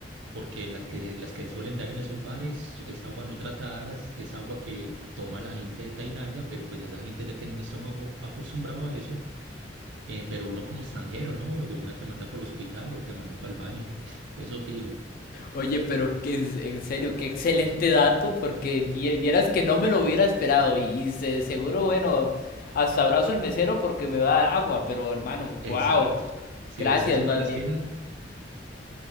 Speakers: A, on the right; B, on the left.
A: porque las que, las que suelen dar en esos bares es agua no tratada, es es agua que toma la gente de Tailandia, pero pues esa gente ya tiene el estómago acostumbrado a eso, eh, pero uno como extranjero, ¿no? De una te manda para el hospital o te manda para el baño, <laughs> eso fijo.
B: Oye, pero que, en en serio, qué excelente dato porque vie- vieras que no me lo hubiera esperado y, y se- seguro, bueno, hasta abrazo el mesero porque me va a dar agua, pero hermano,
A: Exacto.
B: wow,
A: Si
B: gracias
A: ves que soy
B: más
A: buena
B: bien.
A: esquina,